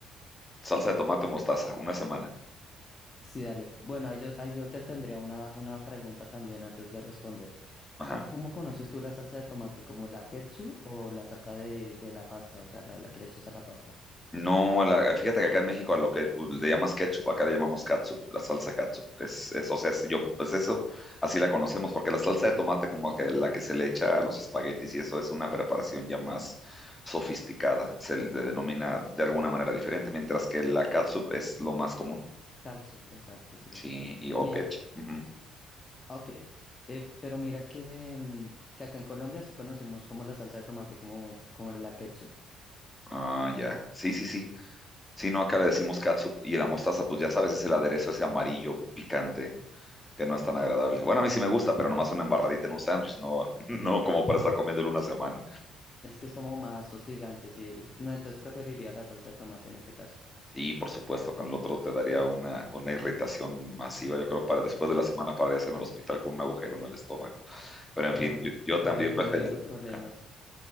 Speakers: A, on the left (about 15°); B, on the left (about 30°).
A: Salsa de tomate o mostaza, una semana.
B: sí, dale. Bueno, ahí yo, ahí yo te tendría una, una pregunta también antes de responder.
A: Ajá.
B: ¿Cómo conoces tú la salsa de tomate? ¿Como la ketchup o la salsa de, de la pasta? O sea, la, la que le echas a la pasta.
A: No, la- fíjate que acá en México a lo que tú le llamas ketchup, acá le llamamos catsup, la salsa catsup. Es, es, o sea, es- yo, pues eso, así la conocemos, porque la salsa de tomate como que la que se le echa a los espaguetis y eso es una preparación ya más sofisticada, se le denomina de alguna manera diferente, mientras que la catsup es lo más común.
B: Catsup, exacto, sí, eso
A: Sí,
B: sí.
A: y o
B: Mira,
A: ketchup. Ujú.
B: ok, eh, pero mira que, mm, que acá en Colombia sí conocemos como la salsa de tomate, como, como la ketchup.
A: Ah, ya. Sí, sí, sí. Sí, no, acá le decimos catsup. Y la mostaza, pues ya sabes, es el aderezo ese amarillo picante que no es tan agradable. Bueno, a mí sí me gusta, pero nomás una embarradita en un sándwich, no, <laughs> no como para estar comiéndolo una semana.
B: Es que es como más hostigante, sí. el- No, entonces preferiría la salsa de tomate en este caso.
A: Sí, por supuesto, con el otro te daría una, una irritación masiva. Yo creo para después de la semana pararías en el hospital con un agujero en el estómago. Pero en
B: Ay,
A: fin, yo, yo también
B: me evito,
A: prefiero,
B: me evito
A: <laughs>
B: problemas.